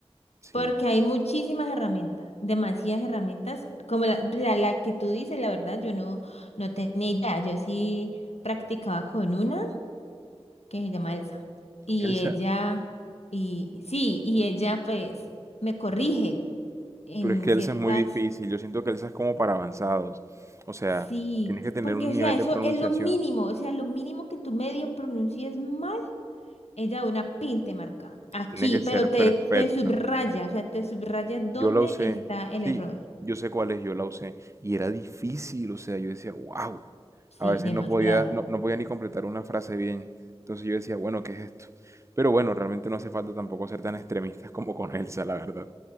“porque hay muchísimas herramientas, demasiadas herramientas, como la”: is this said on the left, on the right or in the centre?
Left